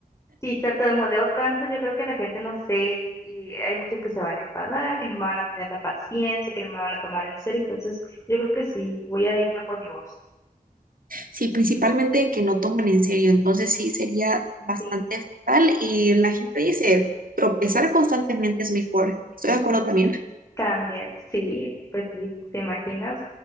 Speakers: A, on the left (about 20°); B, on the right (about 70°).
A: Si tartamudeo tanto, yo creo que la gente no sé, y hay muchos que se van a enfadar, que no me van a tener la paciencia, que no me van a tomar en serio, entonces yo creo que sí, voy a irme por mi voz.
B: Sí, principalmente en que no toman en serio, entonces sí sería bastante
A: Sí.
B: fatal y la gente dice, tropezar constantemente es mejor. Estoy de acuerdo también.
A: También, sí, pues sí, ¿te imaginas